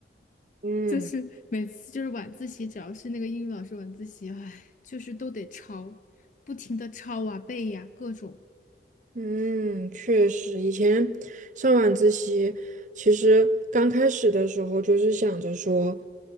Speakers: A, on the right; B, on the left.
A: 嗯。
B: 就是每次就是晚自习，只要是那个英语老师晚自习，唉，就是都得抄，不停的抄啊背呀、各种。
A: 嗯，确实，以前上晚自习，其实刚开始的时候就是想着说，